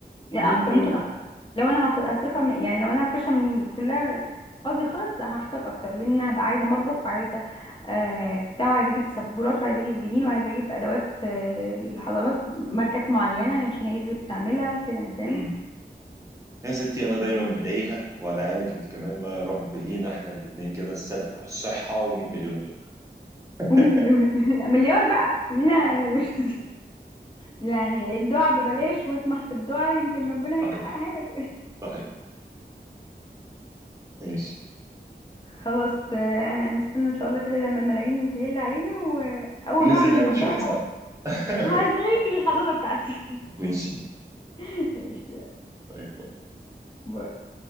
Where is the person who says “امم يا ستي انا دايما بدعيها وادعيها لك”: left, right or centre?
Right